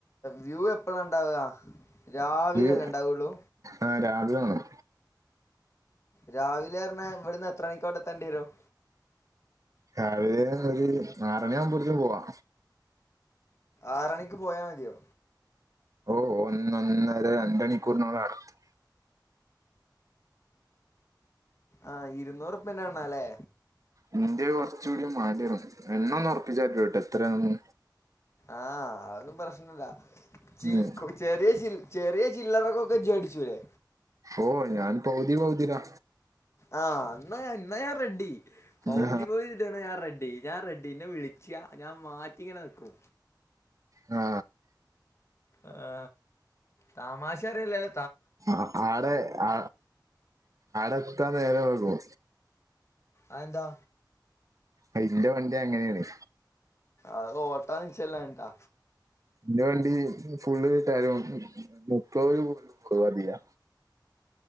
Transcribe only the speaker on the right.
ഇത്
ആ രാവിലെ വേണം
രാവിലെ ഒരു ആറണി ആവുമ്പോഴത്തും പോവാ
ഓ ഒന്ന ഒന്നര രണ്ട് മണിക്കൂറിനോള് അവിടെ എത്തും
ഇന്ത്യ കുറച്ച് കൂടി മാടിറു എണ്ണ ഒന്ന് ഉറപ്പിച്ചാട്ടോട്ടോ എത്രയാന്ന്
ഉം.
ഓ ഞാൻ പൗതി പൗതിടാ
ആ
ആ
ആ ആടെ ആ ആടെത്താൻ നേരം വൈകുവോ
അതിന്റെ വണ്ടി അങ്ങനെയാണ്
ഇൻ്റെ വണ്ടി ഫുള്ള് കിട്ടിയാലും മുപ്പതി കൂടുതൽ വരില്ല